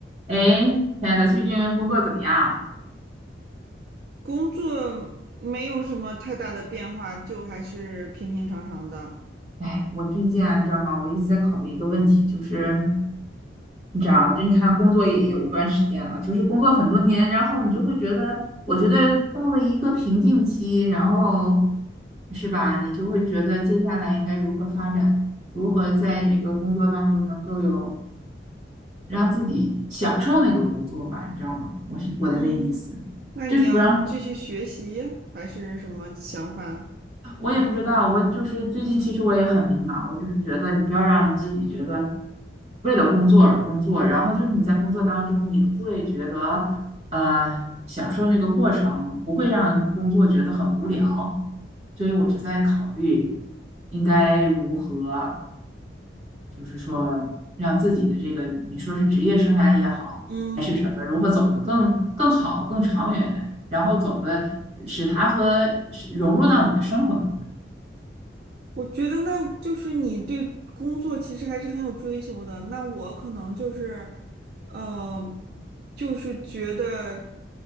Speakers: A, on the right; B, on the right.
A: 哎，亲爱的，最近工作怎么样？
B: 工作没有什么太大的变化，就还是平平常常的。
A: 哎，我最近啊，你知道吗？我一直在考虑一个问题，就是你知道，就你看工作也有一段时间了，就是工作很多年，然后你就会觉得，我觉得到了一个瓶颈期，然后是吧？你就会觉得接下来应该如何发展，如何在这个工作当中能够有让自己享受那个工作吧，你知道吗？我是我的那意思，
B: 嗯，那你要继续学习还是什么想法？
A: 就是不让我也不知道，我就是最近其实我也很迷茫，我就是觉得你不要让自己觉得为了工作而工作，然后就是你在工作当中也会觉得呃享受这个过程，不会让工作觉得很无聊，所以我就在考虑应该如何，就是说让自己的这个你说是职业生涯也好，
B: 嗯。
A: 还是什么，如何走得更更好、更长远，然后走的使它和使融入到你的生活当中。
B: 我觉得那就是你对工作其实还是很有追求的。那我可能就是，呃，就是觉得，